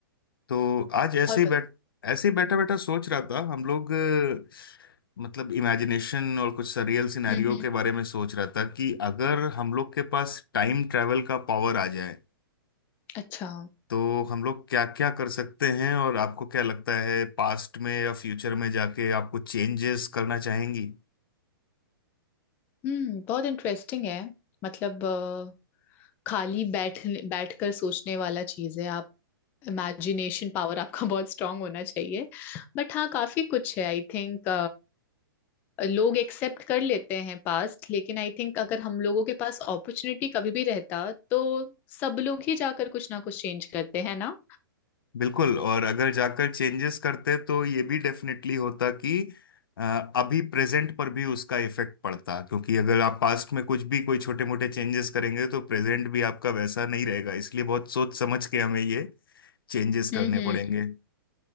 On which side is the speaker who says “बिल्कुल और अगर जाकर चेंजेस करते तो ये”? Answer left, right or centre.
Left